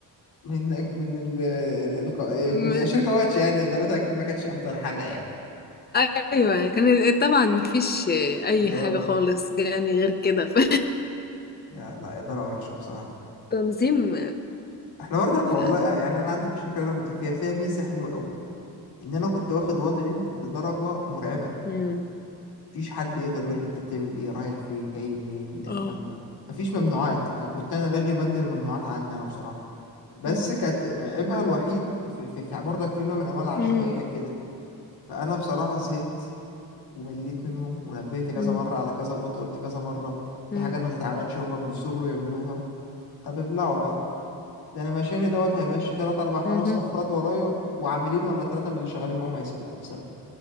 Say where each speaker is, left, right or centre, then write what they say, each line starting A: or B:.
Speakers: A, on the left; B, on the left.
A: من أج... من ال... ال... الق-
B: م-
A: من شركة وحشة يعني ادارتها اكيد ما كانتش افضل حاجة يعني
B: ايوه كان طبعا مفيش اي
A: إدارة
B: حاجة خالص يعني غير كده ف...
A: لا لا إدارة وحشة بصراحة
B: <laughs> تنظيم
A: احنا برضك
B: اه فعلا
A: والله يعني انا عندي في الشركة اللي انا كنت فيها فيها ميزة حلوة قوي ان انا كنت واخد وضعي لدرجه مرعبه
B: مم.
A: مفيش حد يقدر يقول لي انت بتعمل ايه رايح فين جاي منين
B: اه
A: ما- ما- مفيش ممنوعات ك- كنت انا لاغي بند الممنوعات عندي انا بصراحه بس
B: مم.
A: كانت عيبها الوحيد في, في, في برضك في نوع من انواع العشوائيه
B: مم.
A: كده فانا بصراحه زهقت ومليت منهم ونبهت كذا
B: مم.
A: مره على كذا نقطه قلت كذا مره في
B: مم.
A: حاجات ما تتعملش هما بيصروا يعملوها طب ابلعوا بقى ده انا مشاني دوت هيمشي تلات اربع خمس
B: مهم.
A: افراد ورايا وعاملين ولا ثلاثه من اللي شغالين معاهم هيسيبوهم بسبب